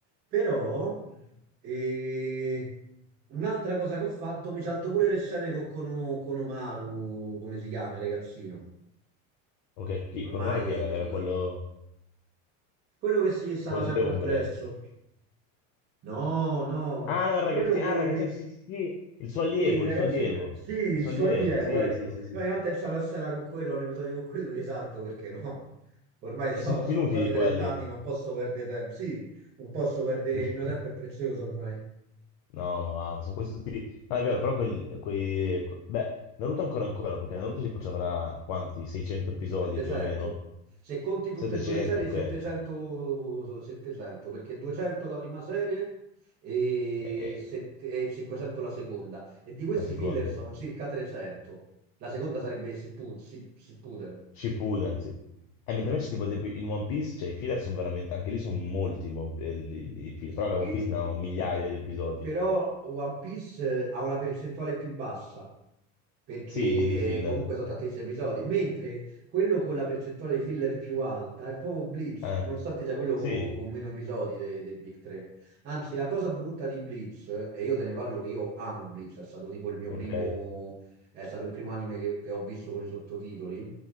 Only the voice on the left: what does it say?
Ok, chi-
con Umano chi era?
Era
quello,
quello
delle ombre.
Ah no, il ragazzino,
ah, il ragazzino, sì, sì, sì, il suo allievo,
il suo allievo,
il suo
allievo,
sì,
sì, sì, sì,
sì.
S-
Sono tutti
inutili
quelli.
<laughs>
No, ma, ma sono questi tutti... No, è vero, però quel- quei... que- Beh, Naruto ancora ancora, perché Naruto tipo ci avrà quanti? 600 episodi
più o meno?
700,
ok.
E-
e-
la seconda.
Shippuden, sì. E mentre invece tipo ad esempio in One Piece, cioè i filler sono veramente... Anche lì sono molti i One- eh, li- li- i filler.
Però vabbè, One Piece ne ha un migliaia di episodi.
Sì, di, di filler.
Eh,
sì,
ok,